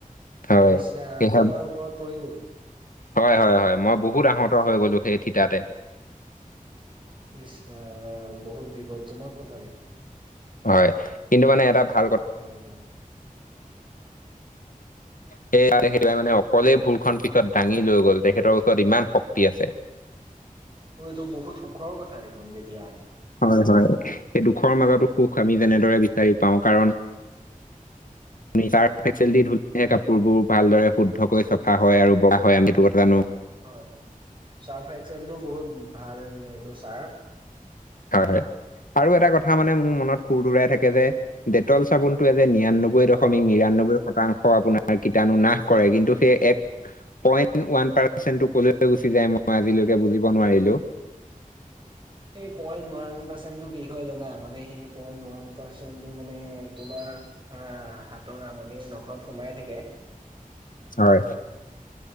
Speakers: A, on the left; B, on the right.
A: হয়।
B: ইচ ৰাম
A: সেয়েহে
B: তোমাৰ ওপৰত পৰি গ'ল
A: হয় হয় হয় মই বহুত আহত হৈ গলো সেই থিতাতে
B: ইচ ৰাম বহুত বিপদজনক কথা দেখোন
A: হয় কিন্তু মানে এটা ভাল কথা
B: হয় হয়
A: সেয় সেইয়াই মানে অকলেই ভোৰখন পিছত দাঙি লৈ গল তেখেতৰ ওচৰত ইমান শক্তি আছে
B: অ এইটো বহুত সুখৰ কথা দেখোন তেতিয়াহ'লে
A: হয়, হয়, এই দুখৰ মাজতো সুখ আমি যেনেদৰে বিচাৰি পাওঁ, কাৰণ আমি ছাৰ্ফ এক্সেল দি ধুলে কাপোৰবোৰ ভালদৰে শুদ্ধকৈ চফা হয় আৰু বগা হয় আমি এইটো কথা জানো
B: হয়, হয়, চাৰ্ফ এক্সেলটো বহুত ভাল, সেইটো চাৰ্ফ।
A: হয়, হয়, আৰু এটা কথা মানে মোৰ মনত খুৰ দুৰাই থাকে যে ডেটল চাবোনটোয়ে যে নিৰান্নব্ব ব্বৈ, দশমিক
B: অ
A: নিৰান্নব্বৈ শতাংশ আপোনাৰ কিতাৰ্ণু নাশ কৰে, কিন্তু সেই এক পইণ্ট ওৱান পাৰ্চন্টটো কলৈকে গুচি যায়, মই আজিলৈকে বুজিব নোৱাৰিলোঁ!
B: সেই পইন্ট ওৱান পাৰ্চেণ্টটো কি হয় জানা, মানে সেই পইণ্ট ওৱান পাচেন্টটো মানে তোমাৰ আ হাতৰ আঙুলিৰ নখত সোমাই থাকে।
A: হয়